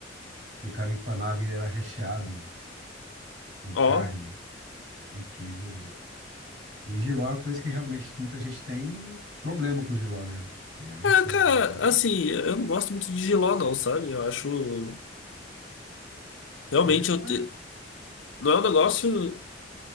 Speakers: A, on the right (about 70°); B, on the left (about 85°).
A: que o cara empanava e era recheado com
B: ó.
A: carne e queijo. E Giló é uma coisa que realmente muita gente tem problema com Giló, né? Tem aversão.
B: Ah, cara,
A: Eu,
B: assim, eu não gosto muito de Giló, não, sabe? Eu acho.
A: é,
B: Realmente,
A: não
B: eu te-
A: é,
B: não é um negócio,